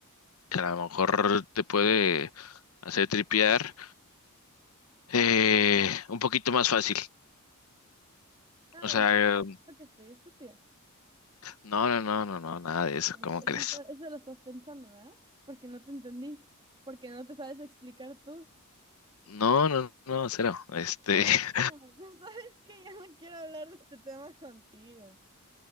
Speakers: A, on the left; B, on the right.
A: que a lo mejor te puede hacer tripear eh, un poquito más fácil.
B: Ah,
A: O sea,
B: o sea, creo que estoy estúpida.
A: no, no, no, no, no, nada de eso,
B: Eh,
A: ¿cómo
B: pues
A: crees?
B: Eso, eso lo estás pensando, ¿verdad? Porque no te entendí. Porque no te sabes explicar tú.
A: No, no, no, cero. Este,
B: Ah,
A: <laughs>
B: <laughs> ¿sabes que Ya no quiero hablar de este tema contigo.